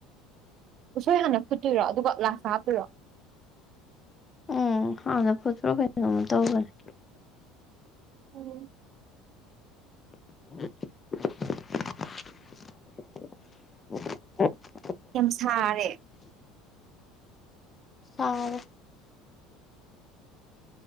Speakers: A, on the right; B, on the left.
A: ꯎꯠꯁꯣꯏ ꯍꯥꯟꯅ ꯐꯨꯠꯇꯣꯏꯔꯣ ꯑꯗꯨꯒ ꯂꯥꯁ ꯍꯥꯞꯄꯤꯔꯣ
B: ꯎꯝ ꯍꯥꯟꯅ ꯐꯣꯠꯇ꯭ꯔꯣ ꯀꯩꯅꯣꯃꯨ ꯇꯧꯕꯅꯤ
A: ꯎꯝ
B: <unintelligible>
A: ꯌꯥꯝ ꯁꯥꯔꯦ
B: ꯆꯥꯎꯔ